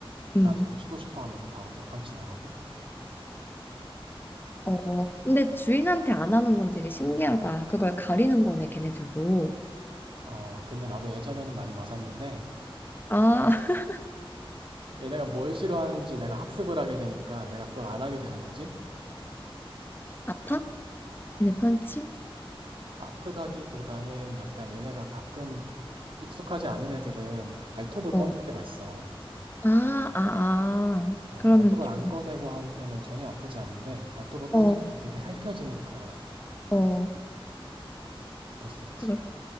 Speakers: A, on the left; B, on the right.
A: 음.
B: 나 지금 쉬고 싶어 하면서 바로 또 펀치 나가고
A: 어, 근데 주인한테 안 하는 건 되게 신기하다. 그걸 가리는 거네, 걔네들도.
B: 어 근데 나도 예전에는 많이 맞았는데
A: 아, <laughs>
B: 얘네가 뭘 싫어하는지 내가 학습을 하게 되니까 내가 그걸 안 하게 되는 거지
A: 아파? 걔네 펀치?
B: 아프다기보다는 약간 얘네가 가끔 익숙하지 않은 애들은 발톱을
A: 어.
B: 꺼낼 때가 있어.
A: 아, 아, 아.
B: 어,
A: 그러면
B: 발톱을
A: 좀,
B: 안 꺼내고 할 때는 전혀 아프지 않은데 발톱을 꺼낼
A: 어,
B: 때는 그게 핥혀지니까
A: 어,
B: 아마 아플 수 있지.
A: 그렇,